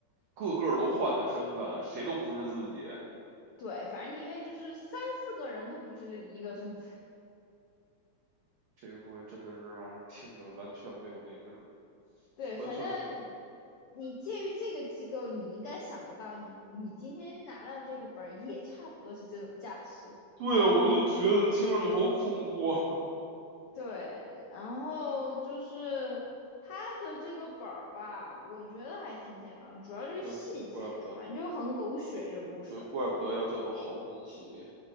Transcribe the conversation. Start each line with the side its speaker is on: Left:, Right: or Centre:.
Right: 个个都换的身份，谁都不是自己。
Left: 对，反正里面就是三四个人都不是一个身份。
Right: 这个东西真的是让人听着完全没有那个什么，
Left: 对，
Right: 完全，
Left: 反正你介于这个机构，你应该想得到你，你今天拿到这个本儿也差不多是这种架势。
Right: 对，我就觉得听上去好恐怖啊。
Left: 对，然后就是它的这个本儿吧，我觉得还挺简单，主要就是细节，
Right: <laughs> 对，怪不得，
Left: 反正就很狗血这个故事。
Right: 对，怪不得要叫做豪门系列。